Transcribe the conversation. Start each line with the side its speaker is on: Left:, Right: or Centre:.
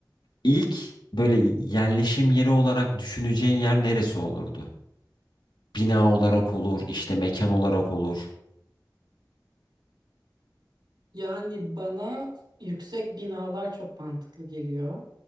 Left: İlk böyle yerleşim yeri olarak düşüneceğin yer neresi olurdu? Bina olarak olur, işte mekan olarak olur.
Right: Yani bana yüksek binalar çok mantıklı geliyor.